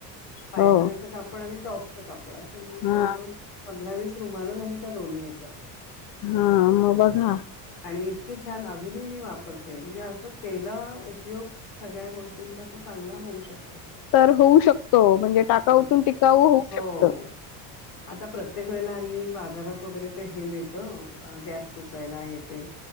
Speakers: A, on the left (about 80°); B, on the left (about 50°).
A: पायजमायच
B: हो
A: कापड आणि टॉपच कापड, अस मिळून
B: हा
A: जवळ जवळ पंधरा वीस रुमाला झाली त्या दोन्ही ह्याच्यात
B: हा मग बघा,
A: आणि इतकी छान अजूनही मी वापरते म्हणजे, असं केला उपयोग सगळ्या गोष्टींचा तर चांग चांगला होऊ शकतो.
B: तर होऊ शकतो. म्हणजे टाकाऊतून
A: बरोबर.
B: टिकाऊ होऊ
A: हो.
B: शकत.
A: आता प्रत्येक वेळेला हल्ली बाजारात वगैरे ते हे मिळतं गॅस पुसायला आहे. ते